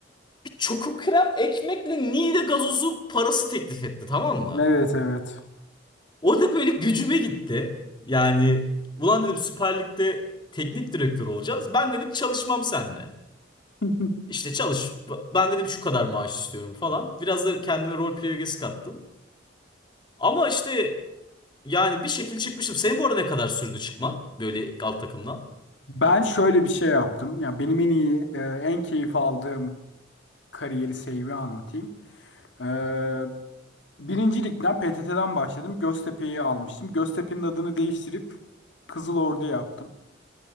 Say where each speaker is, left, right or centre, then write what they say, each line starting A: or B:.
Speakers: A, on the left (about 25°); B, on the left (about 65°).
A: bir çoku krem ekmekle Niğde gazozu parası teklif etti tamam mı?
B: Evet evet.
A: O da böyle gücüme gitti. Yani ulan dedim Süper Lig'de teknik direktör olacağız. Ben dedim çalışmam seninle.
B: <laughs>
A: İşte çalış. Ben dedim şu kadar maaş istiyorum falan. Biraz da kendime rol play ögesi kattım. Ama işte yani bir şekil çıkmıştım. Senin bu arada ne kadar sürdü çıkman böyle alt takımdan?
B: Ben şöyle bir şey yaptım. Ya benim en iyi, e, en keyif aldığım kariyeri save'i anlatayım. Ee, birinci ligden PTT'den başladım. Göztepe'yi almıştım. Göztepe'nin adını değiştirip Kızıl Ordu yaptım.